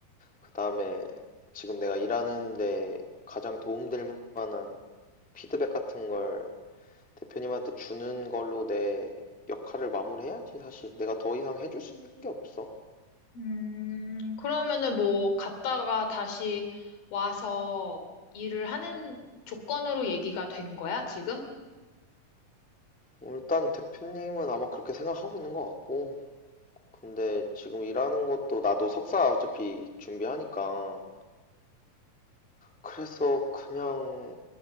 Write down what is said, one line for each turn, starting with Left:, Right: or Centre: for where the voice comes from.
Centre: 그다음에 지금 내가 일하는데 가장 도움될 만한 피드백 같은 걸 대표님한테 주는 걸로 내 역할을 마무리해야지 사실 내가 더 이상 해줄 수 있는 게 없어.
Left: 음, 그러면은 뭐 갔다가 다시 와서 일을 하는 조건으로 얘기가 된 거야, 지금?
Centre: 일단 대표님은 아마 그렇게 생각하고 있는 것 같고 근데 지금 일하는 것도 나도 석사 어차피 준비하니까 그래서 그냥